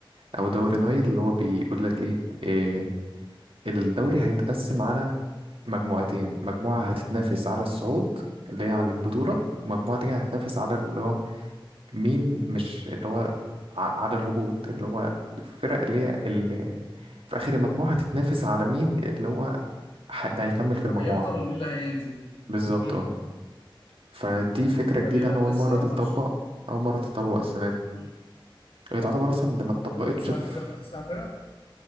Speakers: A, on the right (about 80°); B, on the left (about 85°).
A: او دوري نايل اللي هو بيقول لك ايه, إيه الدوري هيتقسم على مجموعتين مجموعة هتتنافس على الصعود اللي هي على البطولة ومجموعة تانية هتتنافس على اللي هو مين مش اللي هو ع- على الهبوط اللي هو الفرق اللي هي اللي في آخر المجموعة هتتنافس على مين اللي هو ح- ده هيكمل
B: اللي
A: في المجموعة
B: هيفضل ومين اللي هينزل
A: بالظبط
B: مم.
A: اه فدي فكرة جديدة
B: فبيبقى
A: أنا أول
B: تسع
A: مرة تتطبق
B: ماتش
A: أول مرة تتطبق السنة دي
B: مم.
A: هي تعتبر أصلا ده ما اتطبقتش
B: هو تسع
A: في
B: فرق وتسع فرق